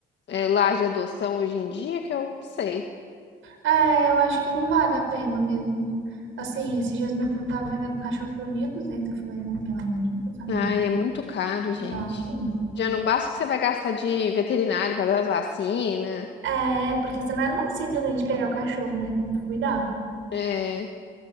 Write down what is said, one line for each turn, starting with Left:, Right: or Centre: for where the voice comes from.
Left: é, lar de adoção hoje em dia que eu sei.
Right: É, eu acho que não vale a pena mesmo. Assim, esses dias meu primo tava vendendo um cachorro por 1.200. Eu falei, não, pelo amor de Deus, amigo.
Left: Ai, é muito caro,
Right: Não.
Left: gente. Já não basta o que você vai gastar de veterinário para dar as vacinas.
Right: É, porque senão não é simplesmente pegar o cachorro, né? Tem que cuidar.
Left: É,